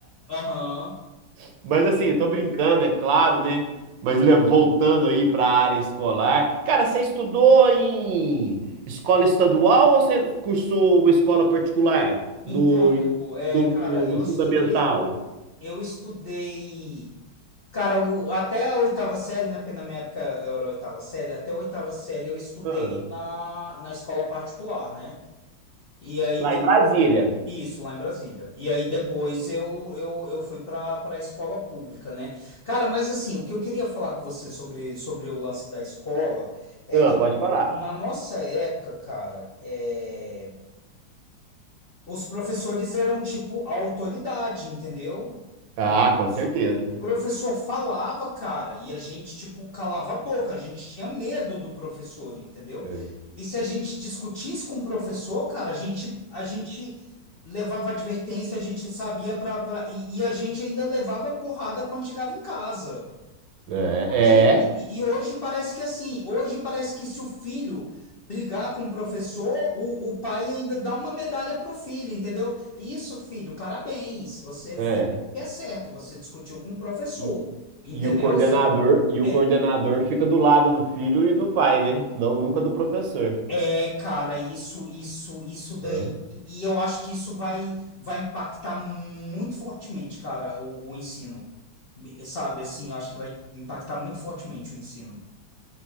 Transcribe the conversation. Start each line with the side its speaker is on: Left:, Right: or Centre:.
Left: Aham.
Right: <laughs> Mas assim, tô brincando, é claro, né? Mas le- voltando aí para a área escolar. Cara, você estudou em escola estadual ou você cursou uma escola particular
Left: Então,
Right: no,
Left: Hugo, é,
Right: no,
Left: cara,
Right: no- no
Left: eu
Right: fundamental?
Left: estudei, eu estudei, cara, o- até a oitava série, né? Porque na minha época era a oitava série, até a oitava série eu estudei
Right: Ah,
Left: na, na escola particular, né? E aí
Right: lá
Left: depois,
Right: em Brasília.
Left: isso, lá em Brasília. E aí depois eu, eu, eu fui para para a escola pública, né? Cara, mas assim, o que eu queria falar com você sobre, sobre o lance da escola é
Right: Ah,
Left: que,
Right: pode
Left: tipo,
Right: falar.
Left: na nossa época, cara, é. Os professores eram tipo a autoridade, entendeu?
Right: Ah,
Left: O,
Right: com certeza.
Left: o professor falava, cara, e a gente tipo calava a boca, a gente tinha medo do professor, entendeu?
Right: É,
Left: E se a gente discutisse com o professor, cara, a gente a gente levava advertência, a gente sabia para e, e a gente ainda levava porrada quando chegava em casa.
Right: é,
Left: E, e- e hoje parece que é assim, hoje parece que se o filho brigar com o professor, o, o pai ainda dá uma medalha pro filho, entendeu? Isso, filho, parabéns, você fez
Right: é.
Left: o
Right: é.
Left: que é certo, você discutiu com o professor,
Right: E,
Left: entendeu?
Right: e o coordenador,
Left: Se-
Right: e o
Left: É,
Right: coordenador fica do lado do filho e do pai, né? Não, nunca do professor.
Left: é, cara, isso, isso, isso daí,
Right: É.
Left: e e eu acho que isso vai, vai impactar muito fortemente, cara, o, o ensino, Me- sabe? Assim, eu acho que vai impactar muito fortemente o ensino.